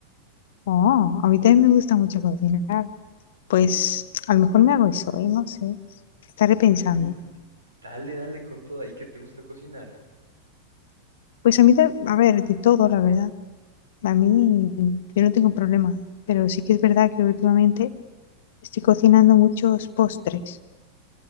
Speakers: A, on the left; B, on the right.
A: Oh, a mí también me gusta mucho cocinar. Pues
B: ¿Qué?
A: a lo mejor me hago eso hoy, no sé. Estaré pensando.
B: Ok. Dale, dale con toda. ¿Y qué te gusta cocinar?
A: Pues a mí, ta- a ver, de todo, la verdad. A mí, yo no tengo problema. Pero sí que es verdad que últimamente estoy cocinando muchos postres.